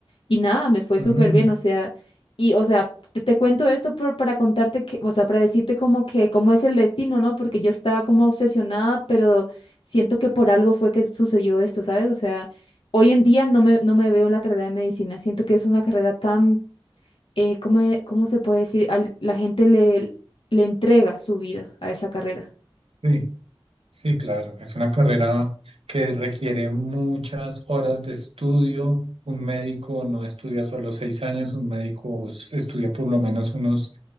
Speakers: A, on the left; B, on the right.
A: y nada, me fue
B: mm,
A: súper bien, o sea, y o sea, te, te cuento esto por, para contarte que, o sea, para decirte como que cómo es el destino, ¿no? Porque yo estaba como obsesionada, pero siento que por algo fue que sucedió esto, ¿sabes? O sea, hoy en día no me, no me veo en la carrera de medicina, siento que es una carrera tan, eh, ¿cómo, e- cómo se puede decir? Al- la gente le, le entrega su vida a esa carrera,
B: sí, sí, claro. Es una carrera que requiere muchas horas de estudio. Un médico no estudia solo seis años, un médico s- estudia por lo menos unos